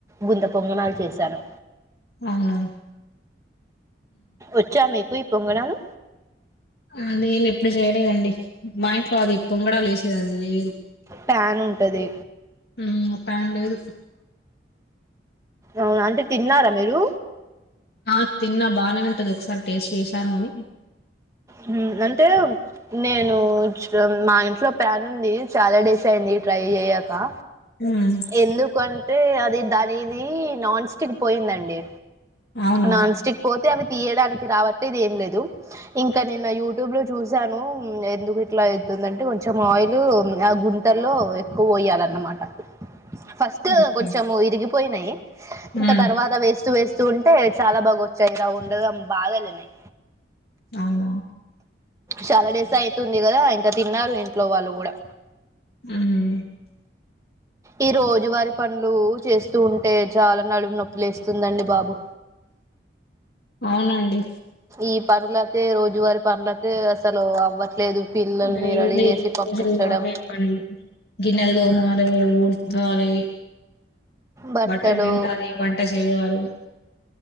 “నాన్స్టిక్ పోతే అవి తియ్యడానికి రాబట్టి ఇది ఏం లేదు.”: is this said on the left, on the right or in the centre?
Right